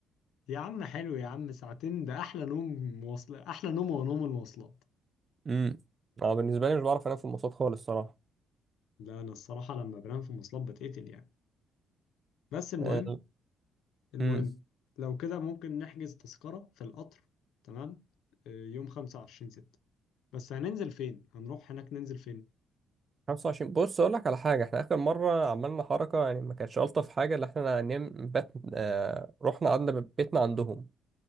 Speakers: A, on the left (about 75°); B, on the right (about 35°).
A: يا عم حلو يا عم ساعتين ده أحلى نوم مواصلات أحلى نوم ونوم المواصلات
B: امم اه بالنسبة لي مش بعرف أنام في المواصلات خالص صراحة
A: لا أنا الصراحة لما بنام في المواصلات بتقتل يعني بس المهم
B: آه،
A: المهم
B: امم
A: لو كده ممكن نحجز تذكرة في القطر تمام آه، يوم خمسة وعشرين ستة بس هننزل فين؟ هنروح هناك ننزل فين؟
B: 25 بص اقول لك على حاجه احنا اخر مره عملنا حركه يعني ما كانتش الطف حاجه اللي احنا نم بات آه رحنا قعدنا ب- بيتنا عندهم